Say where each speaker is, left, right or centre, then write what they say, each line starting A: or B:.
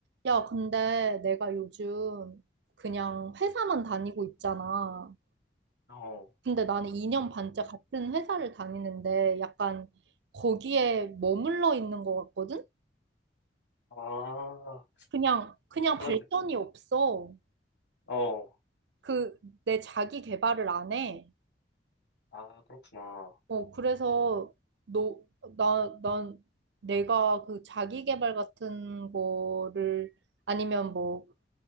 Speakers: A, on the right; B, on the left.
A: 야, 근데 내가 요즘 그냥 회사만 다니고 있잖아.
B: 어,
A: 근데 나는 2년 반째 같은 회사를 다니는데 약간 거기에 머물러 있는 것 같거든?
B: 아,
A: 그냥, 그냥
B: 그런
A: 발전이
B: 느낌.
A: 없어.
B: 어,
A: 그, 내 자기 개발을 안 해.
B: 아, 그렇구나.
A: 어, 그래서 너, 나, 난 내가 그 자기 개발 같은 거를 아니면 뭐